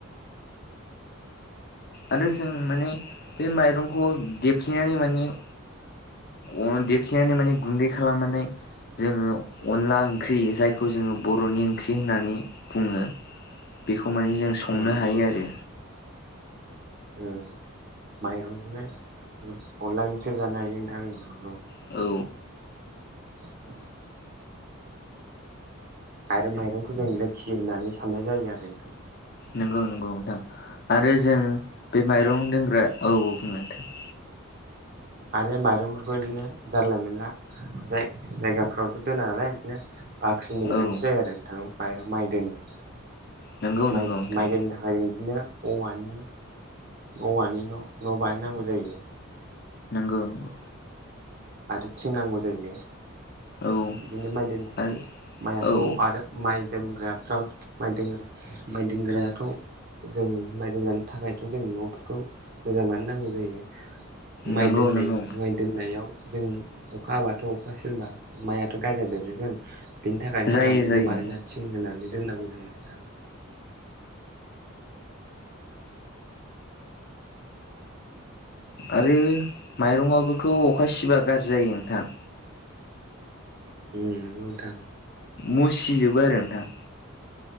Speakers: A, on the left; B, on the right.
A: आरो जों माने बे माइरंखौ देबफ्लिनानै माने अन देबफ्लेनानै माने गुन्दै खालामनानै जोङो अनला ओंख्रि जायखौ जोङो बर'नि ओंख्रि होननानै बुङो। बेखौ माने जों संनो
B: उम नंगौ
A: हायो
B: नोंथां
A: आरो
B: उम माइरंजोंनो अनला ओंख्रिबो जानो हायो नोंथां औ
A: औ
B: <inaudible> आरो माइरंखौ जों लोक्षि होननानै साननाय जायो आरो नोंथां।
A: नंगौ नंगौ नोंथां आरो जों बे माइरं दोनग्रा औ औ बुं नोंथां
B: आरो माइरंफोरखौ बिदिनो जारला मेनला जाय जायगाफ्रावथ' दोना नालाय इदिनो बाख्रिनि
A: औ
B: गोनांथि जायो आरो नोंथां मायरं माइ दोननो
A: नंगौ नंगौ
B: माइ
A: नोंथां
B: माइ दोननो थाखाय जों बिदिनो औवानि औवानि न' न' बानायनांगौ जायो।
A: नंगौ नंगौ
B: आरो थिं नांगौ जायो ले।
A: औ
B: बिदिनो माइ दोननो थाखाय
A: आरो
B: माइआथ'
A: औ
B: आरो माइ दोनग्राफ्राव माइ दोनग्रा माइ दोनग्रायाथ' जों माइ दोजानो थाखायथ' जों न'फोरखौ जोंनो मानो नांगौ जायो माइ
A: नंगौ
B: दोननाय
A: नंगौ
B: माइ दोन नायाव जों अखा हाबाथ' अखा सेरबा माइआथ' गाजा बेरजोबगोन। बिनि थाखायनो
A: जायो
B: आराम
A: जायो
B: न' बानायना थिं होनानै दोननांगौ जायो आरो नोंथां।
A: आरो माइरङाबोथ' अखा सिबा गाज्रि जायो नोंथां।
B: उम नंगौ नोंथां
A: मुसिजोबो आरो नोंथां।